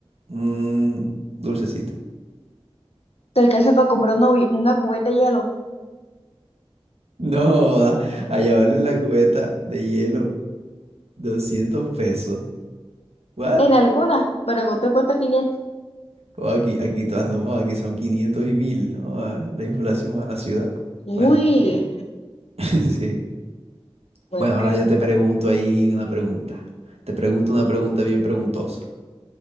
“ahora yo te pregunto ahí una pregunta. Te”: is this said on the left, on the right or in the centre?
Right